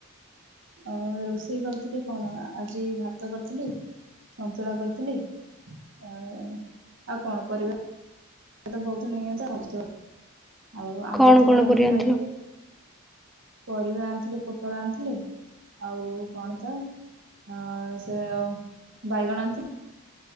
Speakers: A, on the right; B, in the centre.
A: ଅ ରୋଷେଇ କରିଥିଲି କଣ ଆଜି ଭାତ କରିଥିଲି ସନ୍ତୁଳା କରିଥିଲି ଆ ଆଉ କଣ ପରିବା ପରିବା ତ ବହୁତ ନେଇ ଆଉ ଆମ୍ବ
B: କଣ
A: ଥିଲା
B: କଣ ପରିବା
A: ଗୋଟେ
B: ଆଣିଥିଲ?
A: ଖାଇଦେଲି। ପରିବା ଆଣିଥିଲି ପୋଟଳ ଆଣିଥିଲି ଆଉ କଣ ତ ଅ ସେ ବାଇଗଣ ଆଣିଥି